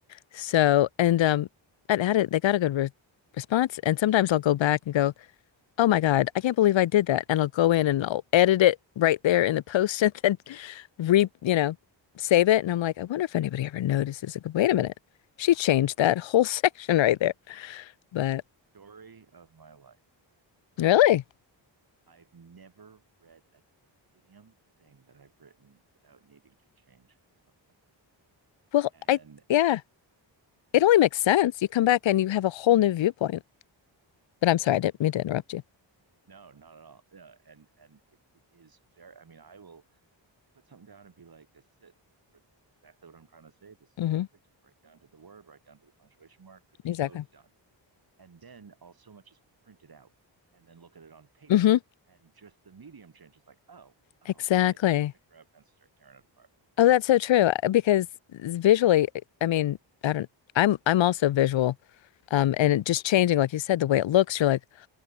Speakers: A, on the left; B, on the right.
A: So and um, I had it. They got a good re response. And sometimes I'll go back and go, oh my God, I can't believe I did that. And I'll go in and I'll edit it right there in the post <laughs> and then re you know save it. And I'm like, I wonder if anybody ever notices. Like, wait a minute, she changed that whole <laughs> section right there. But
B: Story of my life.
A: really,
B: I've never read a damn thing that I've written without needing to change something.
A: well,
B: And
A: I yeah. It only makes sense. You come back and you have a whole new viewpoint. But I'm
B: yeah,
A: sorry, I didn't mean to interrupt you.
B: no, not at all. Yeah, and and it, it is very. I mean, I will put something down and be like, this is it. This is, exactly what I'm trying to say. This is
A: hmm
B: perfect. It's right down to the word, right down to the punctuation mark. Good to
A: Exactly.
B: go. Done. And then all so much is printed out and then look at it on paper.
A: hmm
B: And just the medium changes like, oh, oh.
A: Exactly.
B: And I start to grab pens and start tearing it apart.
A: Oh, that's so true. uh, Because visually, I mean, I don't, I'm, I'm also visual. Um, and it just changing, like you said, the way it looks, you're like,